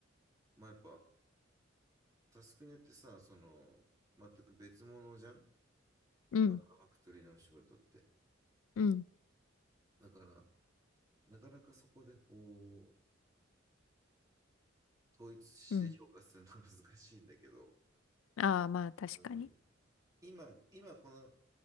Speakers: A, on the right (about 20°); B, on the left (about 80°).
A: まあやっぱ、タスクによってさ、その、全く別物じゃん
B: うん、
A: バナナファクトリーのお仕事って。
B: うん、
A: だから、なかなかそこでこう、統一して評価するのは難しいんだけど、
B: うん、ああー、まあ確かに。
A: うん、今、今この